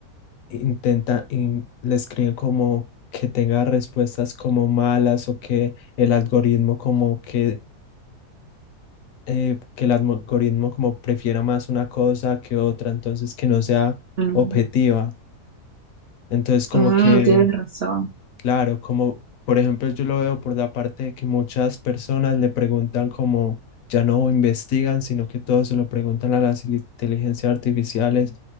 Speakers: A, on the left (about 70°); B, on the right (about 65°).
A: intenta, in- le escriben como que tenga respuestas como malas o que el algoritmo como que, eh, que el algoritmo como prefiera más una cosa que otra, entonces que no sea
B: Mm,
A: objetiva. Entonces como
B: mm,
A: que
B: tienes razón.
A: Claro, como por ejemplo yo lo veo por la parte de que muchas personas le preguntan como ya no investigan, sino que todos se lo preguntan a las ili- inteligencias artificiales